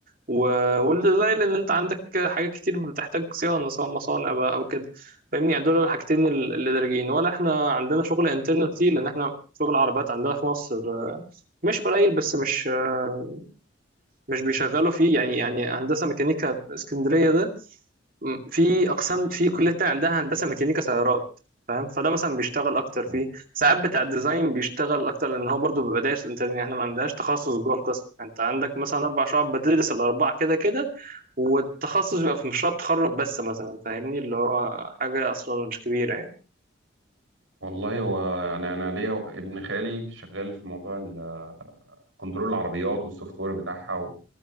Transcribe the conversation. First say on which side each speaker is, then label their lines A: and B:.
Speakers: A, on the right; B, on the right.
A: و- والديزاين ان انت عندك حاجات كتير بتحتاج صيانه سواء مصانع بقى او كده فاهمني يعني دول الحاجتين ال- اللي دارجين ولا احنا عندنا شغل انترنال كتير لان احنا شغل عربيات عندنا في مصر آه، مش قليل بس مش آه، مش بيشغلوا فيه يعني يعني هندسه ميكانيكا اسكندريه ده م- في اقسام في كليه تانية عندها هندسه ميكانيكا سيارات فاهم فده مثلا بيشتغل اكتر
B: مم.
A: فيه ساعات بتاع الديزاين بيشتغل اكتر لان هو برضو بيبقى دارس انت احنا ما عندناش تخصص جوه القسم انت عندك مثلا اربع شعب بتدرس الاربعه كده كده والتخصص بيبقى في مشروع التخرج بس مثلا فاهمني اللي هو حاجه اصلا مش كبيره يعني
B: والله هو يعني انا ليا ابن خالي شغال في موضوع ال- كنترول العربيات والسوفت وير بتاعها